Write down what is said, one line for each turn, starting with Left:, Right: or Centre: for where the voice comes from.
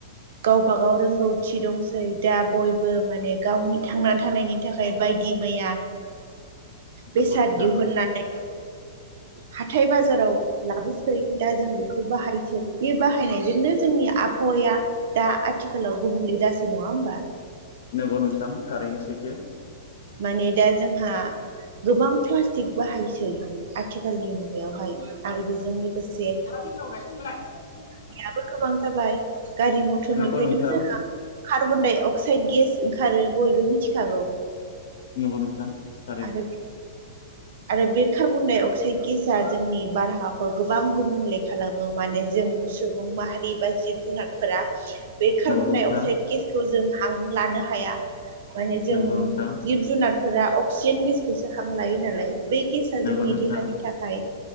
Right: गावब गाव रोंगौथि दंसै दा बयबो माने गावनि थांनानै थानायनि थाखाय बायदि मैया
Left: नंगौ
Right: बेसाद
Left: नोंथां
Right: दिहुननाय हाथाय बाजाराव लाबोसै दा जों बेखौ बाहायसै बे बाहायनायजोंनो जोंनि आबहावाया दा आथिखालाव गुबुंले जासै नङा ओमबा?
Left: नंगौ नोंथां थारैनो सैथो।
Right: माने दा जोंहा गोबां प्लास्टिक बाहायसै आथि मुगायावहाय आरो बेजों लोगोसे
Left: <unintelligible>
Right: गारियासो गोबां जाबाय गारि मटरनिफ्रायथ'
Left: नंगौ नोंथां
Right: जोहा कार्बन-डाइ-अक्साइड गेस ओंखारो बयबो मिथिखागौ।
Left: नंगौ नोंथां थारैनो।
Right: आरो आरो बे कार्बन-डाइ-अक्साइड गेसा जोंनि बारहावाखौ गोबां गुबुंले खालामो माने जों सुबुं माहारि बा जिब -जुनारफोरा बे कार्बन-डाइ-अक्साइड
Left: नंगौ नोंथां
Right: गेसखौ जों हां लानो हाया माने जों
Left: नंगौ नोंथां
Right: जिब जुनारफोरा अक्सिजेन गेसखौसो हां लायो नालाय बै गेसा
Left: नंगौ
Right: जोंनि
Left: नोंथां
Right: देहानि थाखाय